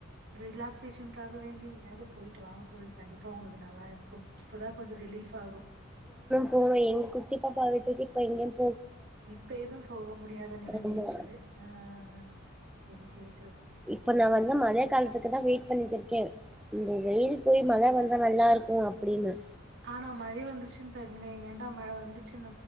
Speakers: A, on the right (about 60°); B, in the centre.
A: ரிலாக்சேஷனுக்காக வேண்டி எங்கயாது போயிட்டு வாங்க தோழி கண்டிப்பா ஒங்களுக்கு நல்லா இருக்கும் இப்பதா கொஞ்ச ரிலீஃப் ஆகு
B: போல எங்க குட்டி பாப்பாவ வச்சுட்டு இப்ப எங்கன்
A: இப்ப எது போக முடியாத நிலமை
B: ஆமா
A: இருக்குல்ல அஹ் அஹ் அஹ் செரி சேரி
B: இப்ப நா வந்து மழ காலத்துக்கு தா வெயிட் பண்ணிட்டு இருக்கே இந்த வெயில் போய் மழ வந்தா நல்லா இருக்கு அப்படின்னா
A: ஆனா மழை வந்துச்சுன் பெருங்ளே ஏன்டா மழ வந்துச்சு